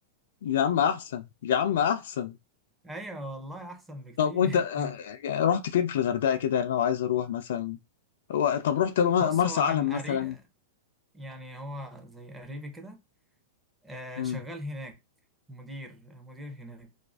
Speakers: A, on the left; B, in the centre.
A: يا عم احسن يا عم احسن
B: <laughs> أيوة والله أحسن بكتير
A: طب وانت آه، آه،
B: <laughs>
A: آه، رحت فين في الغردقه كده يعني لو عايز اروح مثلا هو- طب رحت م-
B: بص
A: مرسى
B: هو
A: علم
B: كان قريب
A: مثلا
B: يعني هو زي قريبي كده آه،
A: امم
B: شغال هناك مدير مدير هناك